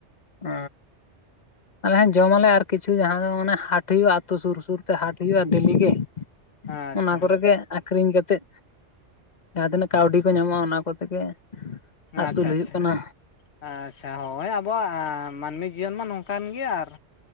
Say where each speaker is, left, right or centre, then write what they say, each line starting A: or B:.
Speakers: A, on the left; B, on the left.
A: ᱚ ᱟᱞᱮ ᱦᱮᱸ ᱡᱚᱢ ᱟᱞᱮ ᱟᱨ ᱠᱤᱪᱷᱩ ᱡᱟᱦᱟᱸ ᱫᱚ ᱢᱟᱱᱮ ᱦᱟᱴ <unintelligible> ᱟᱹᱛᱩ ᱥᱩᱨ ᱥᱩᱨ ᱛᱮ ᱦᱟᱴ ᱦᱩᱭᱩᱜᱼᱟ ᱰᱮᱞᱤ ᱜᱮ
B: ᱟᱪᱪᱷᱟ
A: ᱚᱱᱟ ᱠᱚᱨᱮ ᱜᱮ ᱟᱠᱷᱨᱤᱧ ᱠᱟᱛᱮᱫ ᱡᱟᱦᱟᱸ ᱛᱤᱱᱟᱹᱜ ᱠᱟᱹᱣᱰᱤ ᱠᱚ ᱧᱟᱢᱚᱜᱼᱟ ᱚᱱᱟ ᱠᱚᱛᱮ ᱜᱮ ᱟᱹᱥᱩᱞ
B: ᱟᱪᱪᱷᱟ
A: ᱦᱩᱭᱩᱜ
B: ᱟᱪᱪᱷᱟ
A: ᱠᱟᱱᱟ
B: ᱟᱪᱪᱷᱟ ᱦᱳᱭ ᱟᱵᱚᱣᱟᱜ <unintelligible> ᱢᱟᱹᱱᱢᱤ ᱡᱤᱭᱚᱱ ᱢᱟ ᱱᱚᱝ ᱠᱟᱱ ᱜᱮᱭᱟ ᱟᱨ